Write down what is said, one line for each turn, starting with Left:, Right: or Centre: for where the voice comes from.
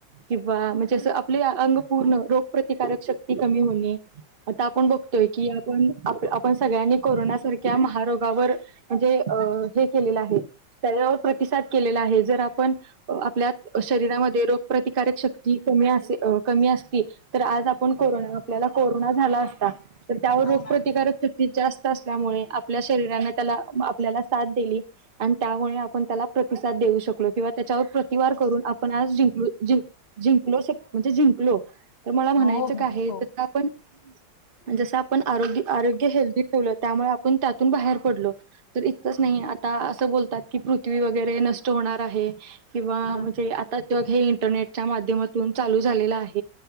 Right: किंवा म्हणजे असं आपले अंग- पूर्ण रोग प्रतिकारशक्ती कमी होणे आता आपण बघतोय की आपण आपण सगळ्यांनी कोरोनासारख्या महारोगावर म्हणजे हे केलेलं आहे त्याच्यावर प्रतिसाद केलेला आहे जर आपण आपल्या शरीरामध्ये रोग प्रतिकारशक्ती कमी असे- कमी असती तर आज आपण कोरोना आपल्याला कोरोना झाला असता. तर त्यावर
Left: हो
Right: रोगप्रतिकारकशक्ती
Left: मॅम
Right: जास्त. मुळे आपल्या शरीराने त्याला आपल्याला साथ दिली आणि त्यामुळे आपण त्याला प्रतिसद देऊ शकलो किंवा त्यांच्यावर प्रति वार करून आप जिंक जिंकलो लो तर मला म्हणायचं
Left: हो मॅम
Right: का आहे
Left: हो
Right: कायपण जस आपण आरोग्य आरोग्य हेल्दी ठेवलं त्यामुळे आपण त्यातून बाहेर पडलो तर इतकंच नाही आता असं बोलतात की पृथ्वी वगैरे नष्ट होणार आहे. किंवा
Left: हा
Right: म्हणजे आता- उद्योग हे इंटरनेटच्या माध्यमातून चालू झालेलं आहे.